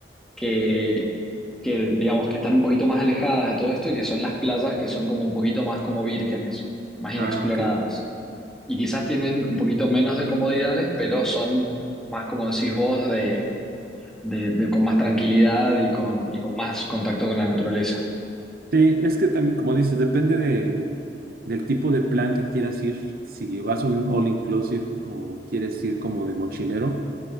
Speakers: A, in the centre; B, on the right (about 55°).
A: que, que, digamos, que están un poquito más alejadas de todo esto y que son las playas que son como un poquito más como vírgenes, más
B: Ah,
A: inexploradas
B: ok.
A: y quizás tienen un poquito menos de comodidades, pero son más, como decís vos, de, de- de con más tranquilidad y con, y con más contacto con la naturaleza.
B: Sí, es que también, como dices, depende de, del tipo de plan que quieras ir. Si vas a un all inclusive o quieres ir como de mochilero,